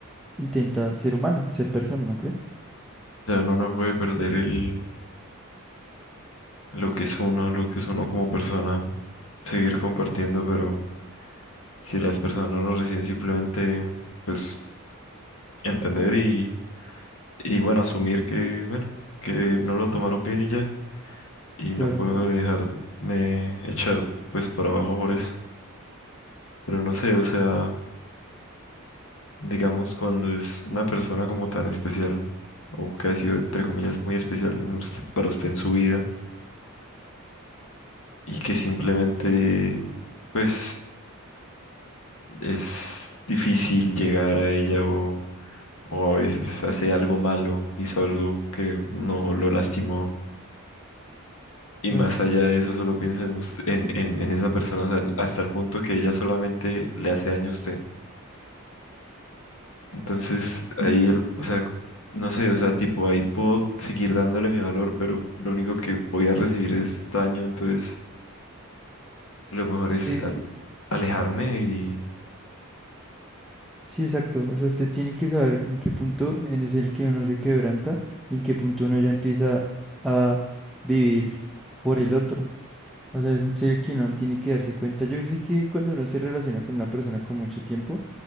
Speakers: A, in the centre; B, on the left.
A: intenta ser humano, ser persona, ¿no cree?
B: O sea, uno no puede perder el lo que es uno, lo que es uno como persona, seguir compartiendo, pero si las personas lo reciben simplemente pues, entender y, y bueno, asumir que, bueno, que no lo tomaron bien y ya, y
A: Claro,
B: no puedo dejarme echar pues para abajo por eso. Pero no sé, o sea, digamos cuando es una persona como tan especial, o que ha sido entre comillas muy especial en usted- para usted en su vida, y que simplemente pues es difícil llegar a ella o, o a veces hace algo malo, hizo algo que no lo lastimó. Y
A: claro.
B: más allá de eso, solo piensa en, usted- en, en, en esa persona, o sea, en- hasta el punto que ella solamente le hace daño a usted. Entonces, ahí, el, o sea, no sé, o sea, tipo, ahí puedo seguir dándole mi valor, pero lo único que voy a recibir es daño, entonces lo mejor
A: Es
B: es
A: que
B: al- alejarme y...
A: sí, exacto, o sea, usted tiene que saber en qué punto en es el que uno se quebranta y en qué punto uno ya empieza a vivir por el otro. O sea, es en serio que uno tiene que darse cuenta. Yo sé que cuando uno se relaciona con una persona con mucho tiempo,